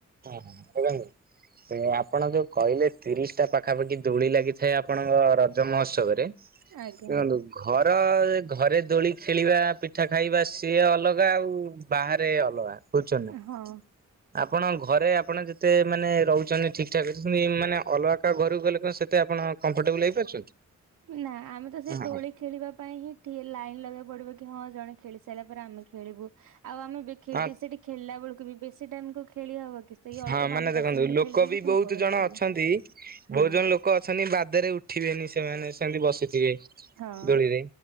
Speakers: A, on the right; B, on the right.
A: ହଁ ହ <unintelligible> ଆପଣ ଯୋଉ କହିଲେ ତିରିଶ ଟା ପାଖାପାଖି ଦୋଳି ଲାଗିଥାଏ ଆପଣଙ୍କ ରଜ ମହୋତ୍ସବ ରେ
B: ଆଜ୍ଞା
A: ଦେଖନ୍ତୁ ଘରେ ର ଘରେ ଦୋଳି ଖେଳିବା ପିଠା ଖାଇବା ସିଏ ଅଲଗା ଆଉ ବାହାରେ ଅଲଗା ବୁଛନ୍ତି
B: ହଁ
A: ଆପଣ ଘରେ ଆପଣ ଯେତେ ମାନେ ରହୁଛନ୍ତି ଠିକ୍ ଠକ ଇ ମାନେ ଅଲଗା କା ଘରକୁ ଗଲେ କଣ ସେତେ ଆପଣ କମ୍ଫଟେବଲ ହେଇପାରୁଛନ୍ତି।
B: ନା ଆମେ ତ ସେଇ
A: ହଁ
B: ଦୋଳି ଖେଳିବା ପାଇଁ ହିଁ ଠି ଲାଇନ ଲଗେଇକୁ ପଡିବ। କି ହଁ ଜଣେ ଖେଳି ସାରିଲା ପରେ ଆମେ ଖେଳିବୁ ଆଉ ଆମେ ବି ଖେ
A: ହଁ
B: ସେଠି ଖେଳିଲା ବେଳକୁ ବି ବେଶୀ ଟାଇମ କୁ ଖେଳି ହବ କି ସେଇ ଅଳ୍ପ
A: ହଁ ମାନେ
B: ପାଞ୍ଚ
A: ଦେଖନ୍ତୁ
B: ଦଶ ମିନିଟ୍
A: ଲୋକ
B: ଖେଳି ଦେଇକି
A: ବି
B: ପୁଣି
A: ବହୁତ
B: ପଳେଇ
A: ଜଣ
B: ଆସିବୁ।
A: ଅଛନ୍ତି
B: ହଁ
A: ବହୁତ ଜଣ ଲୋକ ଅଛନ୍ତି ବାଦରେ ଉଠ ଉଠିବେନି ସେମାନେ ସେମିତି ବସିଥିବେ
B: ହଁ
A: ଦୋଳିରେ